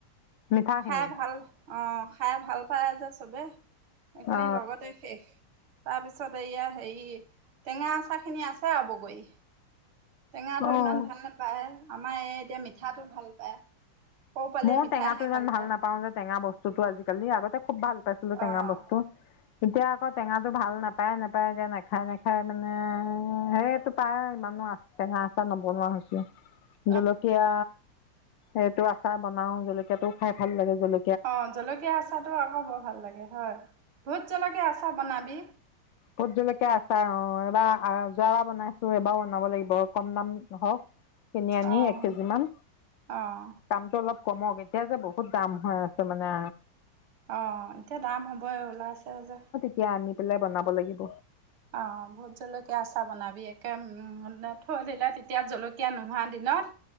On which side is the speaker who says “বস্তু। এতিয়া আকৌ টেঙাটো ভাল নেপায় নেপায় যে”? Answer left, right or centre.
Left